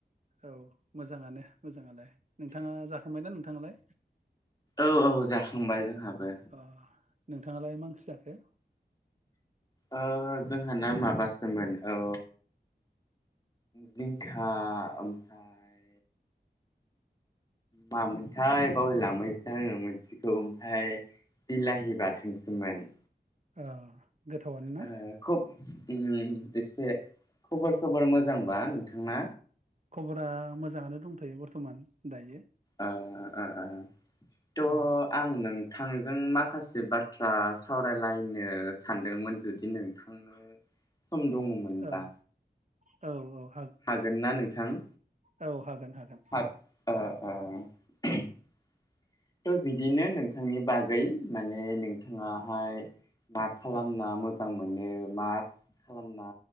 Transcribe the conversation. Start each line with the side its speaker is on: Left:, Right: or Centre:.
Right: औ मोजाङानो मोजाङालाय। नोंथाङा जाखांबायना नोंथाङालाय
Left: औ औ जाखांबाय जोंहाबो
Right: अ नोंथाङालाय मा ओंख्रि जाखो?
Left: ओ जोंहाना माबासोमोन ओ जिंखा ओमफ्राय मामोन हाय
Right: उम
Left: बावलायलांबायसो दा आङो मोनसेखौ ओमफाय बिलाहि बाथोनसोमोन
Right: ओ गोथावानो ना
Left: ओ खोब उम एसे खबर सबर मोजांबा नोंथांना
Right: खबरा मोजाङानो दंथ'यो बर्थ मान दायो
Left: अ अ अ। थ'
Right: औ
Left: आं नों थांजों माखासे बाथ्रा सावरायलायनो सानदोंमोन जुदि नोंथांनो सम दङमोन
Right: औ
Left: दा
Right: औ औ
Left: हागोन ना नोंथां
Right: औ हागोन
Left: हागो
Right: हागोन
Left: ओ ओ <unintelligible> थ' बिदिनो नोंथांनि बागै माने नों नोंथाङाहाय मा खालामना
Right: औ
Left: मोजां मोनो मा खालाम ना